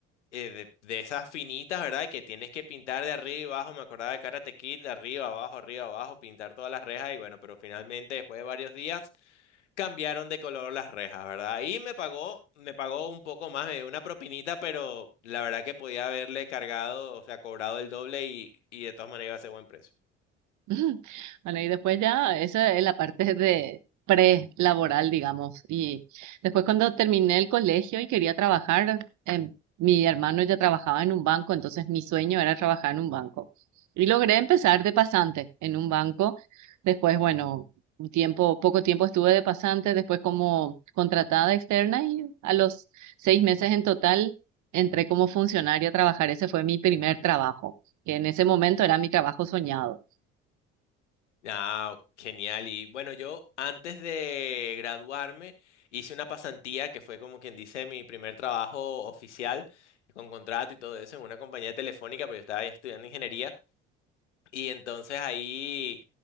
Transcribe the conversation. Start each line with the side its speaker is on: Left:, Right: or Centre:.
Left: eh, de, de esas finitas, ¿verdad? Que tienes que pintar de arriba y abajo. Me acordaba de Karate Kid, de arriba, abajo, arriba, abajo, pintar todas las rejas. Y bueno, pero finalmente, después de varios días. cambiaron de color las rejas, ¿verdad? Y me pagó, me pagó un poco más, me dio una propinita, pero la verdad que podía haberle cargado, o sea, cobrado el doble y, y de todas maneras iba a ser buen precio.
Right: <laughs> Ujú. Bueno, y después ya, esa es la parte de pre-laboral, digamos. Y después cuando terminé el colegio y quería trabajar, em, mi hermano ya trabajaba en un banco, entonces mi sueño era trabajar en un banco. Y logré empezar de pasante en un banco. Después, bueno, un tiempo, poco tiempo estuve de pasante, después como contratada externa y a los seis meses en total entré como funcionaria a trabajar. Ese fue mi primer trabajo, que en ese momento era mi trabajo soñado.
Left: Ah, genial. Y bueno, yo antes de graduarme hice una pasantía que fue como quien dice mi primer trabajo oficial con contrato y todo eso en una compañía telefónica, pero yo estaba estudiando ingeniería y entonces ahí